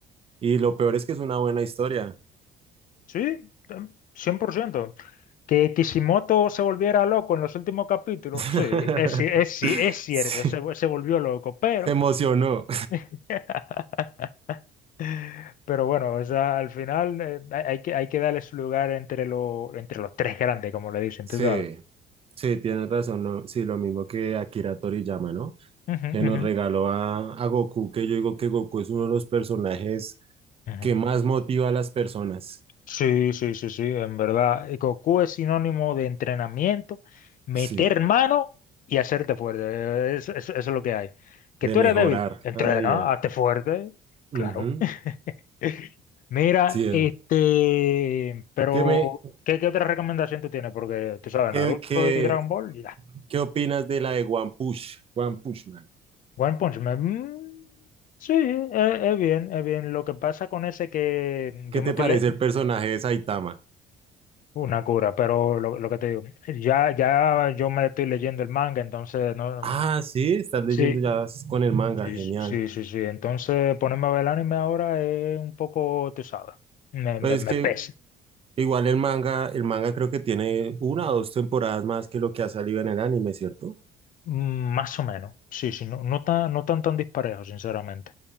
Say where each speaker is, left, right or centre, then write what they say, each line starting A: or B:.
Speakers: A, on the right; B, on the left.
A: y lo peor es que es una buena historia.
B: Sí, tem- 100%. Que Kishimoto se volviera loco en los últimos capítulos,
A: <laughs>
B: sí, es, ci- es, ci- es cierto,
A: Sí,
B: se, vu- se volvió loco, pero...
A: se emocionó.
B: <laughs> Pero bueno, o sea, al final eh, hay hay que, hay que darle su lugar entre, lo, entre los tres grandes, como le dicen,
A: Sí,
B: tú sabes.
A: sí, tienes razón, ¿no? Sí, lo mismo que Akira Toriyama, ¿no?
B: Ujú,
A: Que
B: ujú,
A: nos regaló a, a Goku, que yo digo que Goku es uno de los personajes
B: ujú.
A: que más motiva a las personas,
B: Sí, sí, sí, sí, en verdad. Y Goku es sinónimo de entrenamiento, meter
A: sí,
B: mano y hacerte fuerte. Es- es- Eso, es lo que hay. Que
A: de
B: tú
A: mejorar
B: eres débil, entrena,
A: cada día.
B: hazte fuerte. Claro.
A: Ujú,
B: <laughs> Mira,
A: Sí, eh.
B: este, pero,
A: ¿qué me,
B: ¿qué, qué otra recomendación tú tienes? Porque tú sabes,
A: qué,
B: Naruto
A: qué,
B: y Dragon Ball, ya.
A: qué opinas de la de One Push, One Push Man?
B: One Punch Man. mm, sí, es, es bien, es bien. Lo que pasa con ese que
A: ¿Qué
B: yo
A: te
B: me estoy,
A: parece
B: le-
A: el personaje de Saitama?
B: Una cura, pero lo, lo que te digo, ya, ya yo me estoy leyendo el manga, entonces no,
A: Ah, sí, estás leyendo
B: sí,
A: ya con el manga,
B: sí,
A: genial.
B: sí, sí, sí. Entonces ponerme a ver el anime ahora es un poco, tú sabes, me,
A: Pues
B: me,
A: es
B: me
A: que
B: pesa.
A: igual el manga, el manga creo que tiene una o dos temporadas más que lo que ha salido en el anime, ¿cierto?
B: Mm, Más o menos. Sí, sí, no, no tan, no tan tan disparejo, sinceramente.